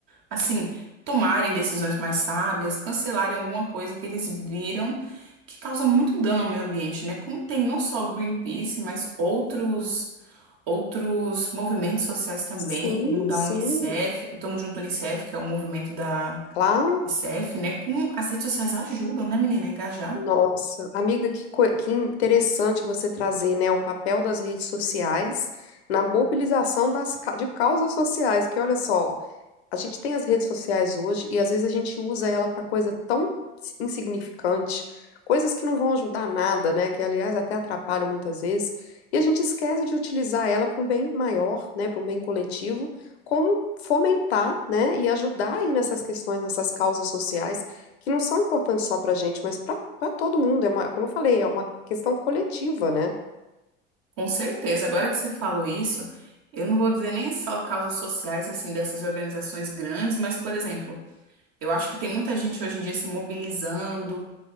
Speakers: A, on the right; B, on the left.
A: assim, tomarem decisões mais sábias, cancelarem alguma coisa que eles viram que causa muito dano ao meio ambiente, né? Como tem não só o Greenpeace, mas outros outros movimentos sociais também,
B: sim,
A: como o da
B: sim,
A: Unicef, o Tamo Junto Unicef, que é o movimento da
B: claro.
A: Unicef, né? Como as redes sociais ajudam, né, menina, a engajar.
B: Nossa, amiga, que, co- que interessante você trazer, né, o papel das redes sociais na mobilização das, ca- de causas sociais, que olha só, A gente tem as redes sociais hoje e às vezes a gente usa ela para coisa tão si, insignificante, coisas que não vão ajudar nada, né? Que aliás até atrapalham muitas vezes, e a gente esquece de utilizar ela para um bem maior, né? Para um bem coletivo, como fomentar, né? E ajudar aí nessas questões, nessas causas sociais que não são importantes só para a gente, mas para para todo mundo. É uma, como eu falei, é uma questão coletiva, né?
A: Com certeza. Agora que você falou isso, eu não vou dizer nem só causas sociais assim dessas organizações grandes, mas, por exemplo, eu acho que tem muita gente hoje em dia se mobilizando